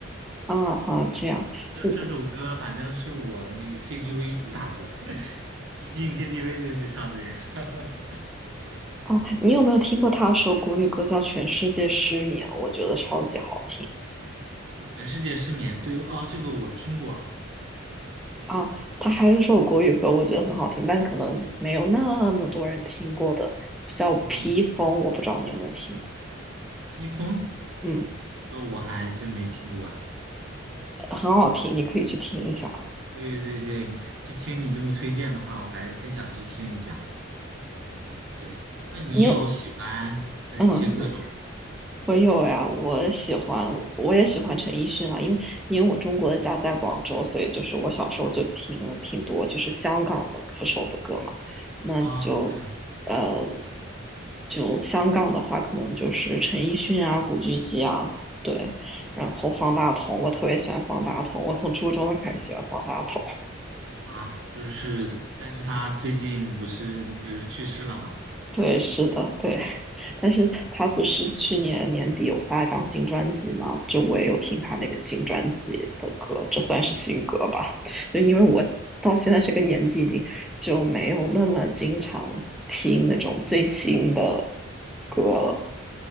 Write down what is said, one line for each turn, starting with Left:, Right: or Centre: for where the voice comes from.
Centre: 啊啊，这样，
Right: 这这首歌反正是我那个
Centre: 我
Right: KTV 主打歌，<laughs> 一进 KTV 就去唱这个，
Centre: 哦，你有没有听过他有首国语歌叫《全世界失眠》？我觉得超级好听
Right: <laughs> 全世界失眠，对，哦，这个我听过，对，
Centre: 啊。他还有一首国语歌，我觉得很好听，但可能没有那么多人听过的，叫《披风》，
Right: 嗯，
Centre: 我不知道你有没有听过。
Right: 披风
Centre: 嗯，
Right: 这个我还真没听过啊。
Centre: 很好听，你可以去听一下啊。
Right: 对对对，听听你这么推荐的话，我还真想去听一下。嗯，对，那你有喜欢的一些歌手吗？
Centre: 你有嗯，我有呀，我喜欢，我也喜欢陈奕迅啊，因为因为我中国的家在广州，所以就是我小时候就听了挺多就是香港的歌手的歌嘛，那就
Right: 啊、对，
Centre: 呃就香港的话，可能就是陈奕迅啊、古巨基啊，对，然后方大同，
Right: 哎
Centre: 我特别喜欢方大同，我从初中就开始喜欢方大同。
Right: 啊，就是，但是他最近不是就是去世了嘛？
Centre: 对，是的，对。但是他不是去年年底有发一张新专辑吗？就我也有听他那个新专辑的歌，这算是新歌吧？就因为我到现在这个年纪，已经就没有那么经常听那种最新的歌了。